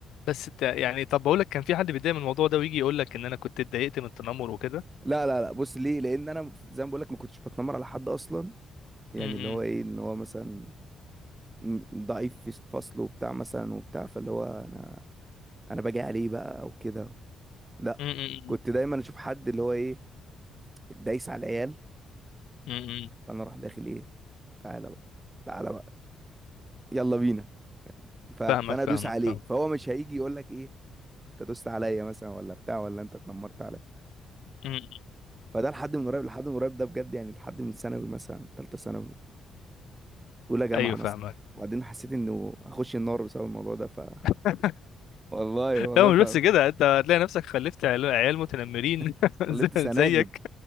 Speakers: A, on the left (about 80°); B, on the right (about 20°).
A: بس انت يعني طب بقول لك كان في حد بيتضايق من الموضوع ده ويجي يقول لك ان انا كنت اتضايقت من التنمر وكده
B: لا لا لا بص ليه لان انا ف- زي ما بقول لك ما كنتش بتنمر على حد اصلا يعني
A: امم
B: اللي هو ايه ان هو مثلا م- ضعيف في الفصل وبتاع مثلا وبتاع فاللي هو انا انا باجي عليه بقى او كده لا
A: امم
B: كنت دايما اشوف حد اللي هو ايه دايس على العيال
A: امم
B: فانا اروح داخل ايه تعالى بقى تعالى بقى يلا بينا ف... فانا
A: فاهمك فاهمك
B: ادوس عليه
A: فاهمك
B: فهو مش هيجي يقول لك ايه انت دوست عليا مثلا ولا بتاع ولا انت اتنمرت عليا
A: امم
B: فده لحد من قريب لحد من قريب ده بجد يعني لحد من ثانوي مثلا ثالثه ثانوي اولى جامعه
A: ايوه
B: مثلا
A: فاهمك
B: وبعدين حسيت انه اخش النار بسبب الموضوع ده ف
A: <laughs>
B: <laughs> والله والله
A: لا مش
B: ف
A: بس كده انت هتلاقي نفسك خلفت عيال عيال متنمرين
B: <laughs>
A: <laughs>
B: خلفت
A: زي-
B: سناجب
A: زيك